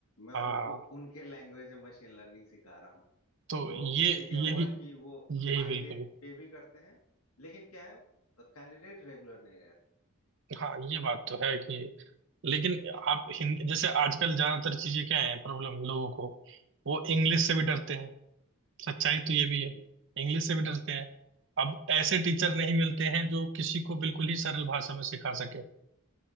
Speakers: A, on the left; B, on the right.
A: मैं
B: हाँ
A: उनको उनके लैंग्वेज में मशीन लर्निंग सिखा रहा हूँ
B: तो
A: तो
B: ये
A: उससे क्या
B: यही
A: हुआ कि वो
B: यही
A: हाई
B: बिल्कुल
A: रेट पे भी करते हैं लेकिन क्या है कैंडिडेट रेगुलर नहीं रहते
B: हाँ ये बात तो है कि लेकिन आप हिंदी जैसे आजकल ज्यादातर चीजें क्या है प्रॉब्लम लोगों को वो इंग्लिश से भी डरते हैं सच्चाई तो ये भी
A: हम्म
B: है इंग्लिश से भी डरते हैं अब ऐसे टीचर नहीं मिलते हैं जो किसी को बिल्कुल ही सरल भाषा में सिखा सके